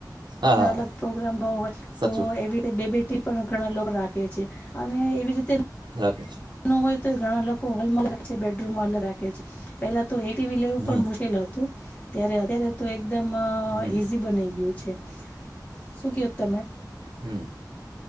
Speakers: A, on the right (about 85°); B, on the left (about 20°).
A: હા હા
B: અલગ પ્રોગ્રામ ભ હોય
A: સાચું
B: તો એવી રીતે બે બેટી પણ ઘણા લોકો રા કે છે અને એવી રીતે
A: રાખીશ
B: હોય તો ઘણા લોકો હોલમાં અલ બેડરૂમમાં અલગ રાખે છે પેલા એટીવી લેવું
A: હમ
B: પણ મુશ્કેલ હતું ત્યારે અત્યારે તો એકદમ
A: હમ
B: ઈઝી બના ગયું છે શું કહો તમે
A: હમ